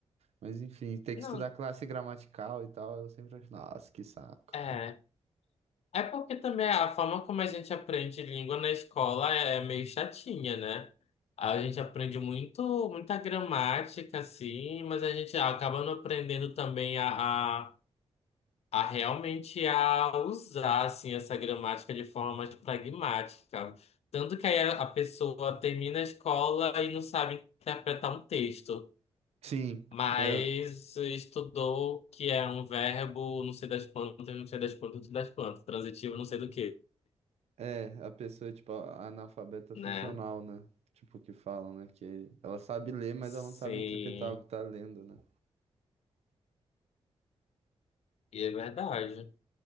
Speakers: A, on the right; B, on the left.
A: mas enfim, ter
B: Não,
A: que estudar classe gramatical e tal, eu sempre achei, nossa, que saco.
B: é. É porque também a forma como a gente aprende língua na escola é é meio chatinha, né? A gente aprende muito, muita gramática, assim, mas a gente acaba não aprendendo também a, a, a realmente a usar, assim, essa gramática de forma mais pragmática. Tanto que aí a a pessoa termina a escola e não sabe interpretar um texto,
A: Sim,
B: mas
A: é,
B: estudou que é um verbo, não sei das quantas, não sei das quantas, não sei das quantas, transitivo, não sei do quê.
A: é, a pessoa, tipo, a- analfabeta
B: né?
A: funcional, né? Tipo, que falam, né? Que ela sabe ler, mas
B: Sim,
A: ela não sabe interpretar o que tá lendo, né?
B: e é verdade.